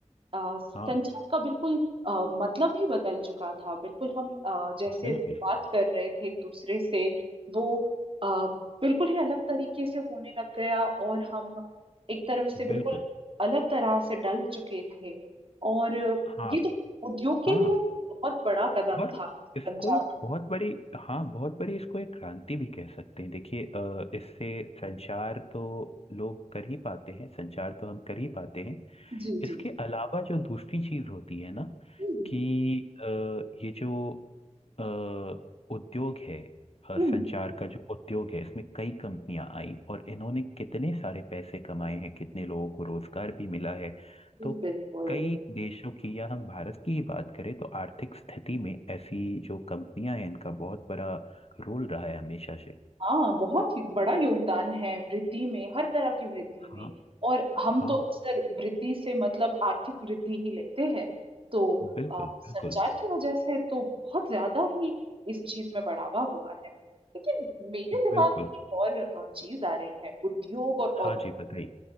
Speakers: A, on the right; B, on the left.
A: आ, संचार
B: हाँ
A: का बिल्कुल आ, मतलब ही बदल चुका था बिल्कुल हम आ, जैसे
B: बिल्कुल
A: बात कर रहे थे एक दूसरे से वो आ, बिल्कुल ही अलग तरीके से होने लग गया और हम एक तरफ से बिल्कुल
B: बिल्कुल
A: अलग तरह से डल चुके थे और
B: हाँ
A: ये तो उद्योग के
B: हाँ
A: लिए भी बहुत बड़ा कदम
B: और
A: था
B: इसको
A: संचार
B: एक बहुत बड़ी हाँ बहुत बड़ी इसको एक क्रांति भी कह सकते हैं देखिए अ, इससे संचार तो लोग कर ही पाते हैं संचार तो हम कर ही पाते हैं
A: जी
B: इसके
A: जी
B: अलावा जो दूसरी चीज होती है ना
A: हम्म
B: कि अ, ये जो अ, उद्योग है अ,
A: हम्म,
B: संचार का जो उद्योग है इसमें कई कंपनियां आई और इन्होंने कितने सारे पैसे कमाए हैं कितने लोगों को रोजगार भी मिला है
A: जी,
B: तो
A: बिल्कुल
B: कई देशों की या हम भारत की ही बात करें तो आर्थिक स्थिति में ऐसी जो कंपनियां हैं इनका बहुत बड़ा रोल रहा है हमेशा से
A: हाँ बहुत ही बड़ा योगदान है वृद्धि में हर तरह की वृद्धि
B: हाँ
A: में और हम
B: हाँ
A: तो अक्सर वृद्धि से मतलब आर्थिक वृद्धि ही लेते हैं तो
B: बिल्कुल
A: अ, संचार
B: बिल्कुल
A: की वजह से तो बहुत ज्यादा ही इस चीज में बढ़ावा हुआ है लेकिन मेरे दिमाग
B: बिल्कुल
A: में एक और अ, चीज आ रही है उद्योग और
B: हाँ जी बताइए